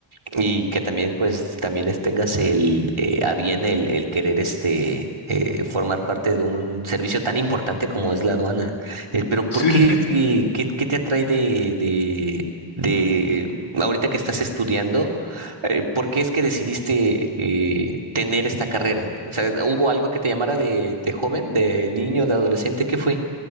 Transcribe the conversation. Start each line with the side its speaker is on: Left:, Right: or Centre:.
Right: Y que también, pues, también es- tengas el, eh, a bien el, el querer este, eh, formar parte de un servicio tan importante como es la aduana. Eh, pero, ¿por
Left: Sí,
Right: qué,
Left: sí, sí.
Right: eh, qué, qué te atrae de, de, de, ahorita que estás estudiando, eh, por qué es que decidiste eh, tener esta carrera? O sea, ¿hubo algo que te llamara de, de joven, de niño, de adolescente? ¿Qué fue?